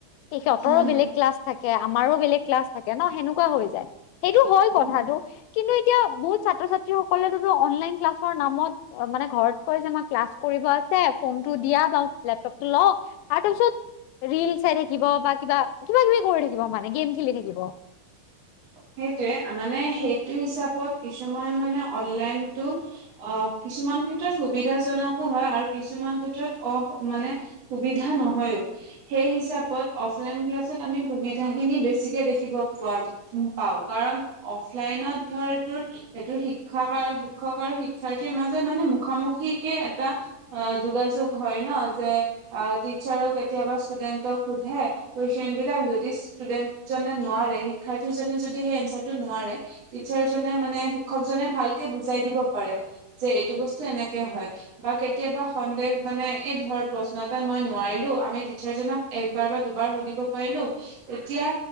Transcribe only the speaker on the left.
সিহঁতৰো
বেলেগ ক্লাছ থাকে আমাৰো বেলেগ ক্লাছ থাকে ন সেনেকোৱা হৈ যায় সেইটো হয় কথাটো
কিন্তু এতিয়া বহুত ছাত্ৰ ছাত্ৰীসকলেতো অনলাইন ক্লাছৰ নামত অ মানে ঘৰত কয় যে মই ক্লাছ কৰিব আছে ফোনটো দিয়া বাও লেপটপটো লও আৰু তাৰপিছত ৰিল চাই থাকিব বা কিবা কিবা কিবি কৰি থাকিব মানে গেম খেলি থাকিব।